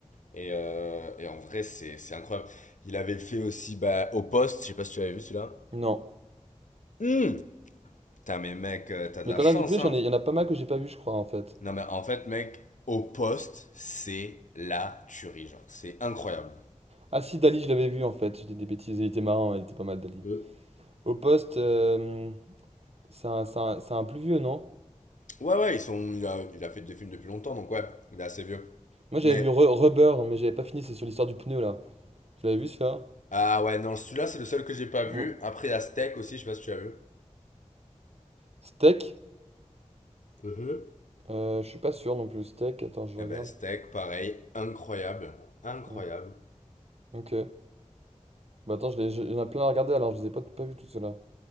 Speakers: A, on the left (about 90°); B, on the right (about 55°).
A: Et, euh, et en vrai, c'est, c'est incroyable. Il avait fait aussi bah, Au Poste, je sais pas si tu avais vu celui-là.
B: Non.
A: Hum Putain, mais mec, euh, t'as
B: Mais
A: de la
B: Quentin
A: chance,
B: Dupieux, j'en
A: hein.
B: ai, il y en a pas mal que j'ai pas vu, je crois, en fait.
A: Non, mais en fait, mec, Au Poste, c'est la tuerie, genre. C'est incroyable.
B: Ah si, Dali, je l'avais vu, en fait. J'étais des bêtises, il était marrant, il était pas mal, Dali.
A: Euh,
B: Au poste, euh, c'est un, c'est un, c'est un plus vieux, non?
A: Ouais, ouais, ils sont, il, a, il a fait des films depuis longtemps, donc ouais, il est assez vieux.
B: Moi j'avais
A: Mais
B: vu Re- Rubber, mais j'avais pas fini, c'est sur l'histoire du pneu là. Tu l'avais vu celui-là?
A: Ah ouais, non, celui-là, c'est le seul que j'ai pas vu.
B: Mm.
A: Après, il y a Steak aussi, je sais pas si tu as vu.
B: Steak?
A: Mhm.
B: Euh, je suis pas sûr non plus. Steak, attends, je
A: Eh
B: regarde.
A: ben, Steak, pareil, incroyable. Incroyable.
B: Mm. Ok. Bah attends, je l'ai- je- il y en a plein à regarder alors, je les ai pas, pas vus tout cela.